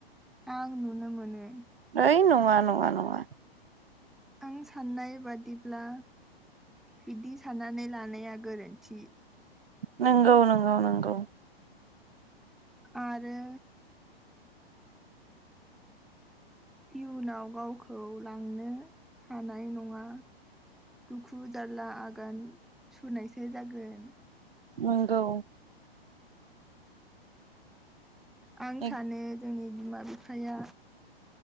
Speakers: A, in the centre; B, on the right (about 65°).
A: आं नुनो मोनो
B: मै नं नंङा नंङा नंङा
A: आं साननाय बादिब्ला बिदि साननानै लानाया गोरोन्थि।
B: नंगौ नंगौ नंगौ
A: आरो इयुनाव गावखौ लांनो हानाय नङा दुखु जारला आगान सुरनायसो जागोन।
B: नंगौ
A: आं
B: नंगौ
A: थानो जोंनि बिमा बिफाया